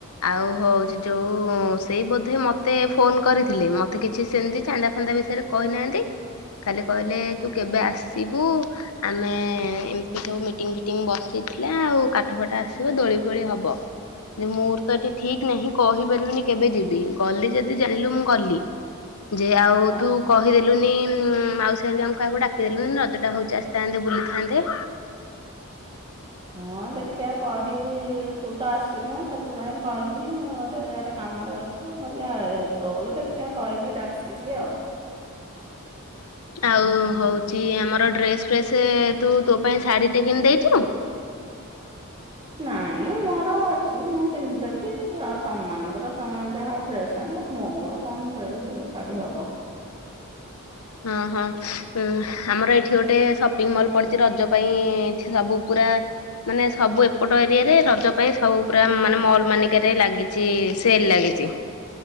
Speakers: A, on the left; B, on the right.
A: ଆଉ ହଉଛି ଯୋଉ ସେଇ ବୋଧେ ମତେ ଫୋନ କରିଥିଲେ ମତେ କିଛି ସେମିତି ଚାନ୍ଦା ଫାନ୍ଦା ବିଷୟରେ କହିନାହାନ୍ତି ଖାଲି କହିଲେ ତୁ କେବେ ଆସିବୁ ଆମେ ଏମତି ସବୁ ମିଟିଙ୍ଗ୍ ଫିଟିଙ୍ଗ ବସିଥିଲା ଆଉ କାଠ ଫାଠ ଆସିବ ଦୋଳି ଫୋଳି ହବ। ଯେ ମୋର ତ ଏଠି ଠିକ ନାହିଁ କହିପାରିବିନି କେବେ ଯିବି ଗଲି ଯଦି ଯାଇଁଲୁ ମୁଁ ଗଲି। ଯେ ଆଉ
B: ହଁ
A: ତୁ କହିଦେଲୁନି ହୁଁ ମାଉସୀ ହେରିକାଙ୍କୁ କାହାକୁ ଡାକିଦେଲୁନି ରଜଟା ହଉଛି ଆସିଥାନ୍ତେ ବୁଲିଥାନ୍ତେ।
B: ହଁ ଦେଖିବା କହିବି ତୁ ତ ଆସିନୁ ସେଥିପାଇଁ କହିନି ମୋର ୟାଡେ କାମରେ ବ୍ୟସ୍ତ ନହେଲେ ଏ ଏତେଳୁ ଦେଖିବା କହିବି ଡାକିବି ଆଉ।
A: ଆଉ
B: ହୁଁ ହୁଁ।
A: ହଉଚି ଆମର ଡ୍ରସ୍ ଫ୍ରେସ୍ ତୁ ତୋ ପାଇଁ ଶାଢୀ ଟେ କିଣି ଦେଇଚୁ।
B: ନାଇଁ ମୋର ଅଛି ମୁଁ ପିନ୍ଧିଦେବି ଆଉ ତମମାନଙ୍କର ତମ ଯାହା ଡ୍ରେସ୍ ଆଣିବ ମୋର କଣ ଡ୍ରେସ୍ ଶାଢ଼ୀ ହବ
A: ହଁ ହଁ ଉଁ ଆମର ଏ ଏଠି ଗୋଟେ ସପିଙ୍ଗ ମଲ୍ ପଡିଛି ରଜ ପାଇଁ ଏଠି ସବୁ ପୁରା ମାନେ ସବୁ ଏପଟ ଏରିଆରେ ରଜ ପାଇଁ ସବୁ ପୁରା ମାନେ ମଲ୍ ମାନକରେ ଲାଗିଚି ସେଲ ଲାଗିଚି।